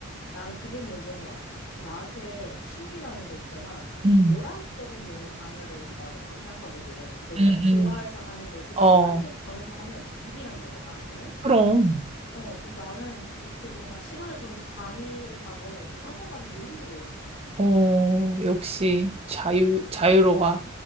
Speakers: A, on the left; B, on the right.
A: 나는 그게 문제인 것 같아. 나한테 취미라는 건 있잖아.
B: 음,
A: 오락적인 면이 강해야 된다고 생각하거든. 이건
B: 음,
A: 내가 좋아해서
B: 음.
A: 하는 거지. 시간을
B: 어,
A: 정해서 하면 일이란 말이야, 나한테는.
B: 그럼.
A: 어, 그래서 나는 이렇게 뭔가 시간을 정해서 강의를 가거나 이렇게 학원 가는 게 힘들어.
B: 어, 역시 자유, 자유로워.